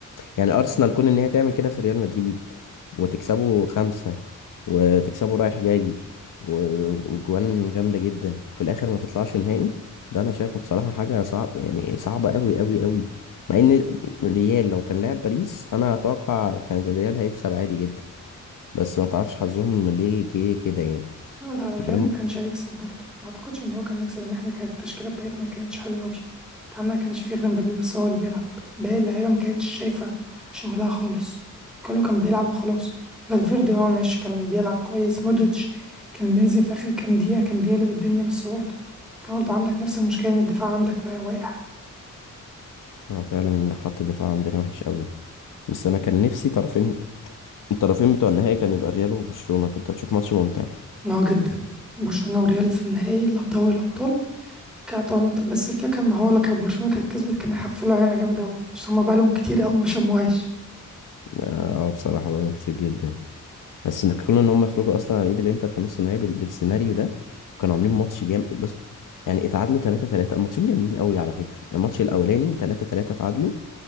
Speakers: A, on the left; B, in the centre.
A: يعني ارسنال كون ان هي تعمل كده في ريال مدريد وتكسبه خمسة وتكسبه رايح جاي و- وجوان جامدة جدا وفي الاخر ما تطلعش نهائي ده انا شايفه بصراحة حاجة صعب يعني صعبة قوي قوي قوي مع ان الريال لو كان لعب باريس انا اتوقع كان الريال هيكسب عادي جدا بس ما تعرفش حظهم ليه جه كده يعني
B: لا لا الريال
A: بعدين
B: ما كانش هيكسب برضه ما اعتقدش ان هو كان يكسب ان احنا كانت التشكيله بتاعتنا ما كانتش حلوه قوي بتاعنا ما كانش فيه غير مبابي بس هو اللي بيلعب باقي اللعيبه ما كانتش شايفه شغلها خالص كله كان بيلعب وخلاص فالفيردي اه ماشي كان بيلعب كويس مودريتش كان بينزل في اخر كام دقيقه كان بيقلب الدنيا بس برضه انت برضه عندك نفس المشكله ان الدفاع عندك واقع
A: آه، فعلا خط الدفاع عندنا وحش قوي بس انا كان نفسي طرفين الطرفين بتوع النهائي كان يبقى ريال وبرشلونة كنت هتشوف ماتش ممتع
B: ان هو جدا برشلونه وريال في النهائي اللي هو دوري الابطال كانت بس الفكره ان هو لو كان برشلونه كانت كسبت كان هيحفلوا علينا جامد قوي عشان هما بقالهم كتير قوي ما شموهاش
A: اه آه، بصراحة بقالهم كتير جدا بس ان كون ان هم يخرجوا اصلا على ايد الانتر في نص النهائي بال- بالسيناريو ده كانوا عاملين ماتش جامد بس يعني اتعادلوا 3 3 الماتشين جامدين قوي على فكرة يعني الماتش الاولاني 3 3 اتعادلوا